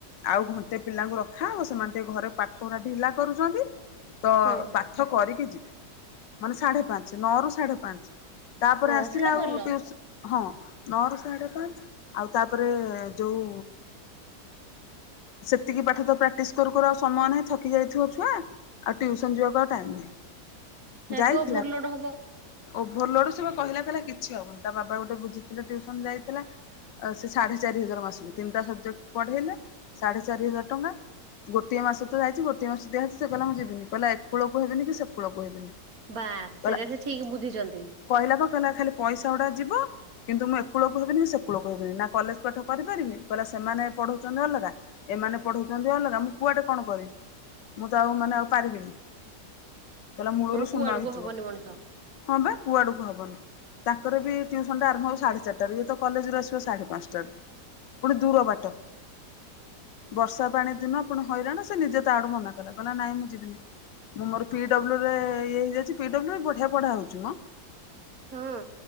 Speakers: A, on the left; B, on the right.
A: ଆଉ ଘଣ୍ଟେ ପିଲାଙ୍କୁ ରଖାଅ ସେମାନେ ଟିକେ ଘରେ ପାଠଗୁରା ଢିଲା କରୁଛନ୍ତି। ତ
B: ହଁ
A: ପାଠ କରିକି ଯିବେ ମାନେ ସାଢେ ପାଞ୍ଚ୍ ନଅ ରୁ ସାଢେ ପାଞ୍ଚ୍। ତାପରେ
B: ହଁ
A: ଆସିଲେ
B: ସେଇଟା
A: ଆଉ
B: ଭଲ
A: ଟିଉସୁ ହଁ ନଅ ରୁ ସାଢେ ପାଞ୍ଚ୍ ଆଉ ତାପରେ ଯୋଉ ସେତିକି ପାଠ ତ ପ୍ରାକ୍ଟିସ କରୁ କରୁ ଆଉ ସମୟ ନାହିଁ ଥକି ଯାଇଥିବ ଛୁଆ। ଆଉ ଟିଉସନ୍ ଯିବାକୁ ଆଉ ଟାଇମ୍ ନାହିଁ।
B: <inaudible>
A: ଯାଇଥିଲା
B: ଓଭରଲୋଡ ହବ
A: ଓଭରଲୋଡ ସେ ପା କହିଲା କହିଲା କିଛି ହବନି ତା ବାବା ଗୋଟେ ବୁଝିଥିଲେ ଟିଉସନ୍ ଯାଇଥିଲା। ଆ ସେ ସାଢେ ଚାରି ହଜାର ମାସକୁ ତିନ୍ ଟା ସବଜେକ୍ଟ ପଢେଇଲେ ସାଢେ ଚାରି ହଜାର ଟଙ୍କା। ଗୋଟିଏ ମାସ ତ ଯାଇଛି ଗୋଟିଏ ମାସ ଦିଆହେଇଛି ସେ କହିଲା ମୁଁ ଯିବିନି କହିଲା ଏ କୂଳକୁ ହେବିନି କି ସେ କୂଳକୁ ହେବିନି।
B: ବାସ୍
A: କହିଲା
B: ସେଇଟା ସେ ଠିକ୍ ବୁଝିଚନ୍ତି।
A: କହିଲା ପା କହିଲା ଖାଲି ପଇସା ଉଡା ଯିବ କିନ୍ତୁ ମୁଁ ଏକୂଳକୁ ହେବିନି କି ସେକୂଳକୁ ହେବିନି ନା କଲେଜ୍ ପାଠ କରିପାରିବି କଇଲା ସେମାନେ ପଢଉଚନ୍ତି ଅଲଗା ଏମାନେ ପଢଉଚନ୍ତି ଅଲଗା ମୁଁ କୁଆଡେ କଣ କରିବି। ମୁଁ ତ ଆଉ ମାନେ ଆଉ ପାରିବିନି କଇଲା ମୂଳୁରୁ
B: କଣ କୁଆଡକୁ
A: ସୁନ ହେଇଯିବ।
B: ହବନି ମଣିଷ
A: ହଁ ବା କୁଆଡୁକୁ ହବନି। ତାଙ୍କର ବି ଟ୍ୟୁସନ୍ ଟା ଆରମ୍ଭ ହବ ସାଢେ ଚାରିଟାରୁ ଇଏ ତ କଲେଜ୍ ରୁ ଆସିବ ସାଢେ ପାନ୍ସାଟାରୁ। ପୁଣି ଦୂର ବାଟ। ବର୍ଷା ପାଣି ଦିନ ପୁଣି ହଇରାଣ ସେ ନିଜେ ତା ଆଡୁ ମନା କଲା କଇଲା ନାଇଁ ମୁଁ ଯିବିନି। ମୁଁ ମୋର ପି ଡବ୍ଲୁ ରେ ଇଏ ହେଇଯାଇଛି ପି ଡବ୍ଲୁ ରେ ବଢିଆ ପଢା ହଉଛି ମ।
B: ହଁ